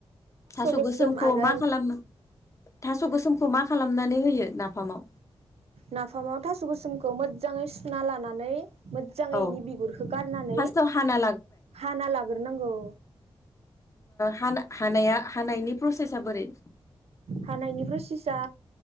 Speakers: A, on the left; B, on the right.
A: थास'
B: गोसोम
A: गोसोमखौ
B: आरो
A: मा खालामो थास' गोसोमखौ मा खालामनानै होयो नाफामाव
B: नाफामाव थास' गोसोमखौ मोजाङै सुना लानानै मोजाङै
A: औ
B: इनि बिगुरखौ गारनानै
A: फार्स्टआव हाना
B: हाना लाग्रोनांगौ
A: हा हानाया हानायनि प्रसेसा बोरै
B: हानायनि प्रसेसा